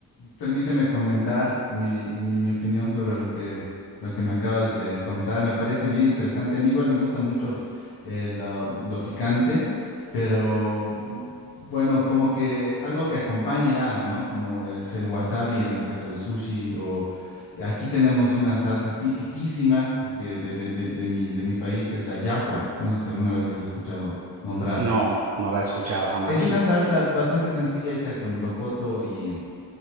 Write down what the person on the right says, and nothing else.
No, no la he escuchado jamás.
<laughs>